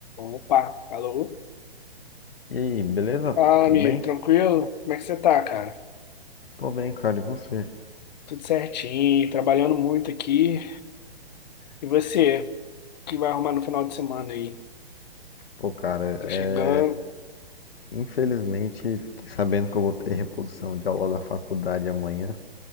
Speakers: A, on the left; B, on the left.
A: Opa, alô?
B: E aí, beleza?
A: Fala,
B: Tudo
A: amigo,
B: bem?
A: tranquilo? Como é que você tá, cara?
B: Tô bem, cara. E você?
A: Tudo certinho, trabalhando muito aqui. E você, o que vai arrumar no final de semana aí?
B: Pô, cara,
A: Tá
B: é...
A: chegando?
B: infelizmente fiquei sabendo que eu vou ter reposição de aula na faculdade amanhã.